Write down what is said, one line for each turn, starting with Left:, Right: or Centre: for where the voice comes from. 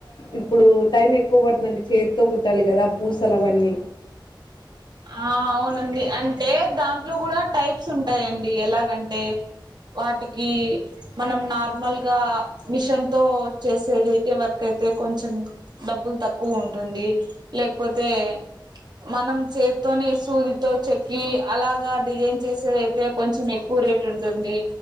Left: ఇప్పుడు టైం ఎక్కువ పడుతుందండి చేతితో కుట్టాలి కదా పూసలు అవన్నీ.
Right: ఆ అవునండి అంటే దాంట్లో కూడా టైప్స్ ఉంటాయండి ఎలాగంటే. వాటికి. మనం నార్మల్ గా మిషన్ తో చేసేదైతే వర్క్ అయితే కొంచం. డబ్బులు తక్కువ ఉంటుంది లేకపోతే మనం. చేత్తోనే సూదితో చెక్కి అలాగా డిజైన్ చేసేదైతే కొంచెం ఎక్కువ రేట్ ఉంటుంది.